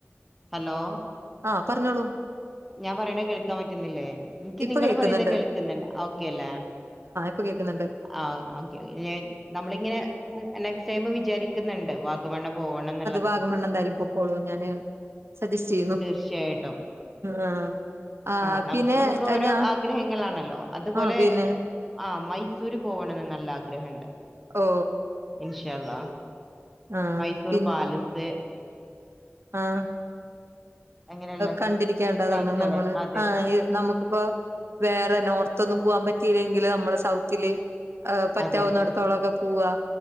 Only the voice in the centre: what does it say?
ഹലോ
ഞാൻ പറയണ കേൾക്കാൻ പറ്റുന്നില്ലേ എനിക്ക്
നിങ്ങള്
പറയുന്ന കേൾക്കുന്നുണ്ട് ഓക്കെ അല്ലേ
ആ ഓക്കെ നമ്മളിങ്ങനെ നെക്സ്റ്റ് ടൈം വിചാരിക്കുന്നുണ്ട് വാഗമണ്ണ് പോവണം
തീർച്ചയായിട്ടും
ആഹ് ന
നമുക്ക് ഓരോ
ആഗ്രഹങ്ങളാണല്ലോ അതുപോലെ
ആ മൈസൂര് പോകണംന്ന് നല്ല ആഗ്രഹംണ്ട്
ഇൻഷാല്ല
മൈസൂർ
പാലസ്
അങ്ങനെയുള്ള
പ്ലേസുകള്
അതെ
അതെ
അതെ
അതെ അതെ